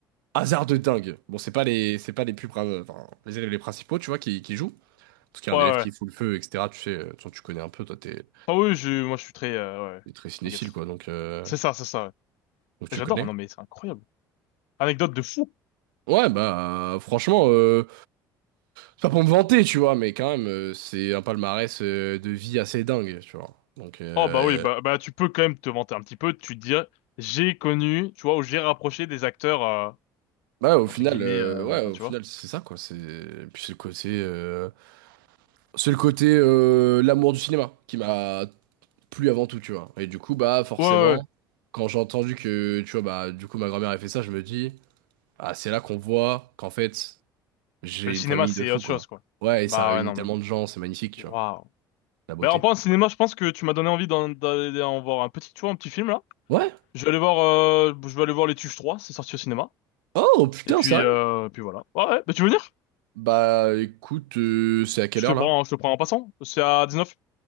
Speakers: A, on the right (about 75°); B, on the left (about 70°).
A: hasard de dingue. Bon, c'est pas les, c'est pas les plus, prin- enfin, les élèves les principaux, tu vois, qui, qui jouent, parce qu'il y
B: Ouais,
A: a un élève qui
B: ouais.
A: fout le feu, etc. Tu sais, de toute tu connais un peu, toi, t'es
B: Ah oui, je moi je suis très euh, ouais.
A: t'es très cinéphile,
B: T'inquiète.
A: quoi, donc, euh,
B: C'est ça, c'est ça. ouais.
A: donc tu
B: J'adore.
A: connais.
B: Non mais c'est incroyable. Anecdote de fou.
A: Ouais, bah, franchement, euh, c'est pas pour me vanter, tu vois, mais quand même, euh, c'est un palmarès euh, de vie assez dingue, tu vois. Donc, euh,
B: Oh bah oui, bah, bah tu peux quand même te vanter un petit peu, tu te dis j'ai connu, tu vois, ou j'ai rapproché des acteurs euh,
A: bah, au
B: entre
A: final,
B: guillemets,
A: euh,
B: euh,
A: ouais,
B: enfin
A: au
B: tu
A: final,
B: vois.
A: c'est ça, quoi. C'est puis c'est le côté, euh, c'est le côté euh, l'amour du cinéma qui m'a plu avant tout, tu vois. Et du coup, bah, forcément,
B: Ouais, ouais, ouais.
A: quand j'ai entendu que, tu vois, bah, du coup, ma grand-mère a fait ça, je me dis, ah, c'est là qu'on voit qu'en fait. J'ai
B: Le cinéma
A: une famille
B: c'est
A: de fous,
B: autre
A: quoi.
B: chose quoi.
A: Ouais, et
B: Bah
A: ça réunit
B: ouais non
A: tellement
B: mais
A: de gens, c'est magnifique, tu
B: waouh.
A: vois. La beauté.
B: Bah en parlant de cinéma, je pense que tu m'as donné envie d'en d'aller en voir un petit, tu vois, un petit film là.
A: Ouais.
B: Je vais aller voir, euh, je vais aller voir Les Tuches 3, c'est sorti au cinéma.
A: Oh, putain,
B: Et puis
A: sérieux?
B: euh, puis voilà. Ouais, ouais. Bah tu veux venir?
A: Bah, écoute, euh, c'est à quelle
B: Je
A: heure,
B: te prends,
A: là?
B: je te prends en passant. C'est à 19.